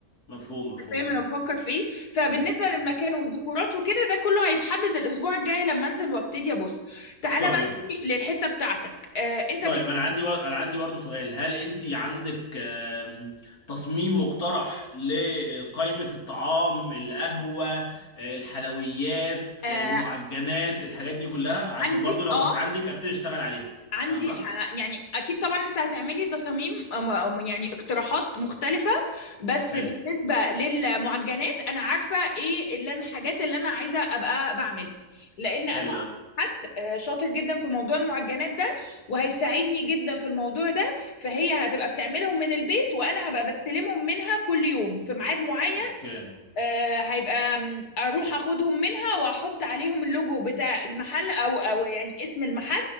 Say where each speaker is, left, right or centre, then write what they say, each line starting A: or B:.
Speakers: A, on the left; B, on the left.
A: مفهوم مفهوم
B: فاهم انا بفكر فيه فبالنسبه للمكان والديكورات وكده ده كله هيتحدد الاسبوع الجاي لما انزل وابتدي ابص تعالى
A: طيب
B: بقى نيجي للحته بتاعتك آه انت
A: طيب
B: مح...
A: انا عندي بر... انا عندي برضه سؤال هل انت عندك آم، تصميم مقترح لقائمة الطعام القهوة آه، الحلويات
B: آه
A: آه، المعجنات الحاجات دي كلها عشان
B: عندي
A: برضه لو
B: اه
A: مش عندك ابتدي اشتغل عليها
B: عندي
A: فاهمة
B: ح- يعني اكيد طبعا انت هتعملي تصاميم أم- أم- يعني اقتراحات مختلفة بس
A: حلو
B: بالنسبة للمعجنات انا عارفة ايه اللي انا الحاجات اللي انا عايزة ابقى بعملها لان
A: حلو
B: انا أعرف
A: أوي.
B: حد آه، شاطر جدا في موضوع المعجنات ده وهيساعدني جدا في الموضوع ده فهي هتبقى بتعملهم من البيت وانا هبقى بستلمهم منها كل يوم في ميعاد معين
A: اوكي
B: آه، هيبقى م، اروح اخدهم منها واحط عليهم اللوجو بتاع المحل او او يعني اسم المحل